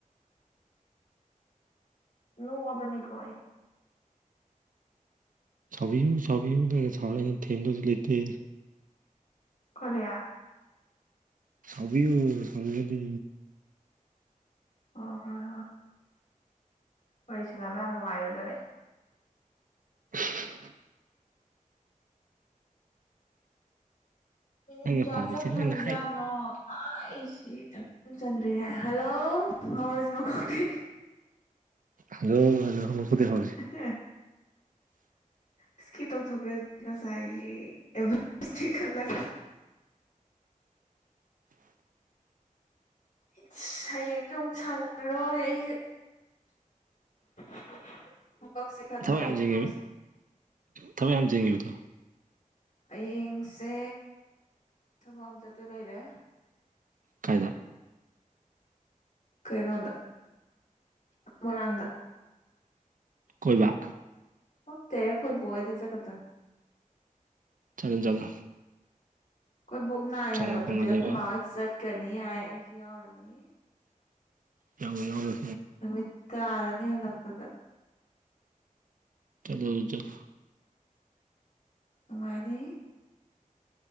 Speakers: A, on the left; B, on the right.
A: ꯅꯣꯛꯑꯕꯅꯤꯀꯣ ꯑꯩ
B: ꯁꯥꯎꯕꯤꯌꯨ ꯁꯥꯎꯕꯤꯌꯨ ꯅꯪ ꯁꯥꯎꯔꯩꯅ ꯊꯦꯝꯗꯧꯁꯨ ꯂꯩꯇꯦ
A: ꯀꯔꯤ
B: ꯁꯥꯎꯕꯤꯌꯨ ꯁꯥꯎꯅꯤꯡꯉꯗꯤ
A: ꯍꯣ ꯍꯣꯏ ꯍꯣꯏ ꯋꯥꯔꯤ ꯁꯥꯟꯅꯕ ꯌꯥꯝ ꯅꯨꯡꯉꯥꯏꯔꯣꯏꯗꯣꯔꯤ
B: <unintelligible>
A: ꯃꯤꯅꯤꯠ
B: ꯅꯪꯅ
A: ꯀꯌꯥ
B: ꯄꯥꯝꯃꯤꯁꯦ
A: ꯆꯠꯈ꯭ꯔꯕꯖꯥꯠꯅꯣ
B: ꯅꯪꯅ ꯍꯥꯏ
A: ꯑꯥꯏꯁ ꯁꯤ <unintelligible> ꯆꯟꯗ꯭ꯔꯤꯌꯦ ꯍꯜꯂꯣ ꯍꯥꯎꯔꯖꯤ ꯃꯀꯣꯛꯇꯩ
B: ꯍꯜꯂꯣ ꯍꯜꯂꯣ <unintelligible> ꯃꯀꯣꯛꯇꯩ ꯍꯧꯔꯖꯤ
A: ꯍꯦ ꯏꯁꯀꯤꯞ ꯇꯧꯊꯣꯛꯈ꯭ꯔꯖꯤ ꯉꯁꯥꯏꯒꯤ ꯑꯦꯚ <unintelligible> ꯈꯠꯂꯒ ꯏꯠꯁ ꯍꯌꯦꯡꯖꯨ ꯑꯃꯨꯛ ꯁꯪꯉꯔꯣꯏ ꯑꯩꯖꯦ <unintelligible>
B: ꯊꯕꯛ
A: ꯇꯧꯒꯦ
B: ꯌꯥꯝ ꯆꯤꯡꯉꯤꯕ
A: ꯇꯧꯕꯁꯦ
B: ꯊꯕꯛ ꯌꯥꯝ ꯆꯤꯟꯒꯤꯕꯗꯣ
A: ꯍꯌꯦꯡꯁꯦ ꯊꯕꯛ ꯑꯃ ꯆꯠꯇꯣꯏ ꯂꯩꯔꯦ
B: ꯀꯥꯏꯗ
A: ꯀꯩꯅꯣꯗ ꯃꯣꯏꯔꯥꯡꯗ
B: ꯀꯣꯏꯕ
A: ꯑꯣꯠꯇꯦ ꯈꯣꯏꯕꯣ ꯍꯣꯏꯗ ꯆꯠꯀꯗꯝ
B: ꯆꯠꯂꯨ ꯆꯠꯂꯣ
A: ꯀꯣꯏ ꯕꯣꯛ ꯅꯥꯏ
B: ꯆꯪꯉꯛꯄ
A: ꯍꯥꯏꯕ ꯑꯗꯨꯗ
B: ꯉꯥꯏꯗꯕ
A: ꯑꯩꯈꯣꯏꯃꯥ ꯍꯣꯏ ꯆꯠꯀꯅꯤ ꯍꯥꯏ ꯑꯩꯁꯨ ꯌꯥꯎꯔꯅꯤ
B: ꯌꯥꯎꯔꯣꯏ ꯌꯥꯎꯔꯣꯏ
A: ꯅꯨꯃꯤꯠ ꯇꯥꯔꯅꯤ ꯍꯜꯂꯛꯄꯗ
B: ꯆꯠꯂꯣ ꯆ꯭ꯂꯐ
A: ꯅꯨꯡꯉꯥꯏꯅꯤ